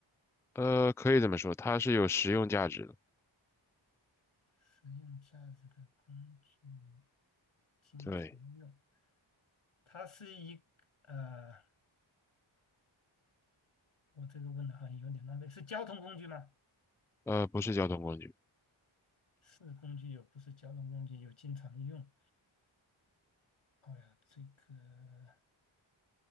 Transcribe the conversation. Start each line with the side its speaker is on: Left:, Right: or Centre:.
Centre: 呃，可以这么说，它是有实用价值的。
Left: 实用价值的工具，经常用。
Centre: 对，
Left: 它是一呃，我这个问的好像有点浪费。是交通工具吗？
Centre: 呃，不是交通工具，
Left: 是工具，有不是交通工具，有经常用。哦呀，这个